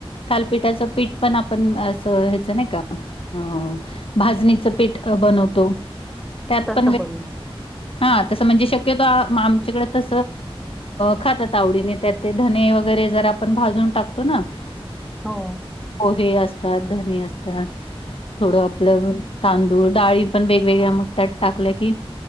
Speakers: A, on the left; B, in the centre.
A: थालपीठाचं पीठ पण आपण असं ह्याचं नाही का? अ भाजणीचं पीठ बनवतो. त्यात
B: तसं
A: पण
B: बनवून.
A: हा तसं म्हणजे शक्यतो आमच्याकडे खातात आवडीने त्यात ते धने वगैरे जर आपण भाजून टाकतो ना. <inaudible> <unintelligible>
B: हो!
A: पोहे असतांत धनी असतांत थोडं आपलं तांदूळ डाळी पणं वेगवेगळ्यां मंग त्यांत टांकल्यां की